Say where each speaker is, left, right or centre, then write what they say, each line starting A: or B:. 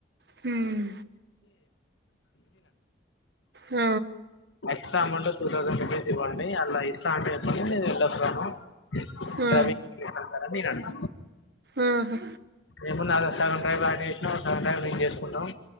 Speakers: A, on the right; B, on the left.
A: హ్మ్ ఆ
B: extra amount two thousand rupees ఇవ్వండి, అలా ఇస్తా అంటే చెప్పండి నేను వెళ్ళొస్తాను,
A: ఆ
B: డ్రైవింగ్ ఎళ్ళొస్తా సార్ అని నేనన్న
A: ఆ హా
B: ఇంతకు ముందు సగం డ్రైవ్ ఆయన చేసినా, సగం డ్రైవ్ నే చేసుకున్నాం,